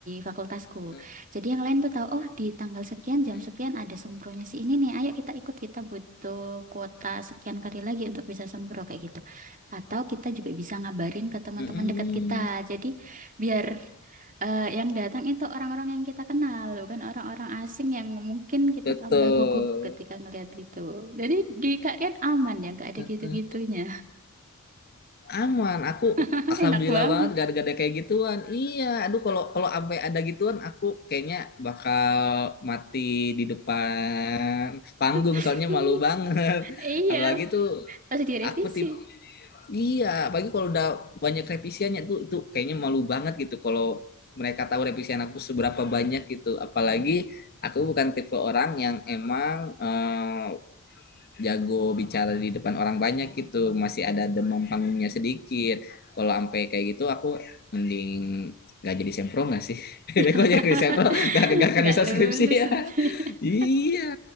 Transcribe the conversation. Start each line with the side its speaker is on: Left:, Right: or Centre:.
Right: fakultasku.
Left: Mm,
Right: Jadi yang lain tuh tahu, oh di tanggal sekian
Left: mm,
Right: jam sekian ada sempronya si ini nih. Ayo kita ikut, kita butuh kuota sekian kali lagi untuk bisa sempro kayak gitu. Atau kita juga bisa ngabarin ke teman-teman
Left: mm, mm.
Right: dekat kita. Jadi biar eh, yang datang itu orang-orang yang kita kenal, bukan orang-orang asing yang mungkin kita
Left: Betul.
Right: tambah gugup ketika ngelihat gitu. Jadi di kalian aman ya, nggak ada
Left: Betul.
Right: gitu-gitunya.
Left: Aman, aku
Right: <laughs>
Left: alhamdulillah
Right: Enak banget.
Left: banget gak ada, gak ada kayak gituan. Iya, aduh kalau kalau sampai ada gituan aku kayaknya bakal mati di depan panggung
Right: <laughs>
Left: soalnya malu banget. <laughs>
Right: Iya,
Left: Apalagi tuh
Right: pas direvisi.
Left: aku tip iya, apalagi kalau udah banyak revisiannya tuh itu kayaknya malu banget gitu kalau mereka tahu revisian aku seberapa banyak gitu. Apalagi aku bukan tipe orang yang emang eh, jago bicara di depan orang banyak gitu masih ada demam panggungnya sedikit kalau sampai kayak gitu aku mending gak jadi sempro gak sih <laughs>
Right: <laughs>
Left: kalau jadi sempro gak, gak akan
Right: Nggak
Left: bisa
Right: lulus.
Left: skripsi ya
Right: <laughs>
Left: <laughs> iya